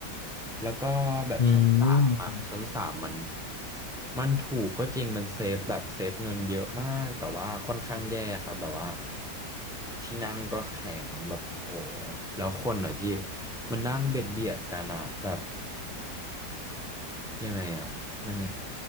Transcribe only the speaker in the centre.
แล้วก็แบบชั้นสามอ่ะชั้นสามมัน
มันถูกก็จริงมันเซฟแบบเซฟเงินเยอะมากแต่ว่าค่อนข้างแย่ครับแบบว่าที่นั่งก็แข็งแบบโอ้โหแล้วคนอ่ะพี่มันนั่งเบียดเบียดกันอ่ะแบบยังไงอ่ะมัน